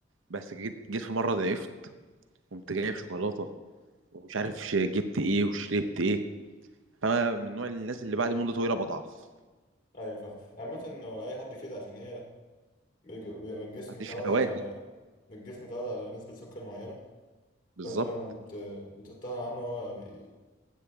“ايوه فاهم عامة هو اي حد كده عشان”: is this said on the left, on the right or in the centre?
Left